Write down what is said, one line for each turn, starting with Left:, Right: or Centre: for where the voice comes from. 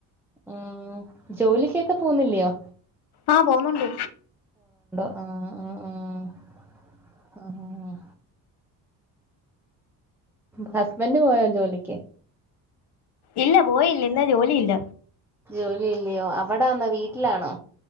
Centre: ഉ ജോലിക്കൊക്കെ പോന്നില്ലയോ
Left: ആഹ് പോകുന്നുണ്ട്
Centre: ഉ ഉ ഉ ഉ ഉ ഉ ഹസ്ബന്ഡ് പോയോ ജോലിക്ക്
Left: ഇല്ല പോയില്ല ഇന്ന് ജോലിയില്ല
Centre: ജോലി ഇല്ലയോ അവിടാന്നോ വീട്ടിലാണോ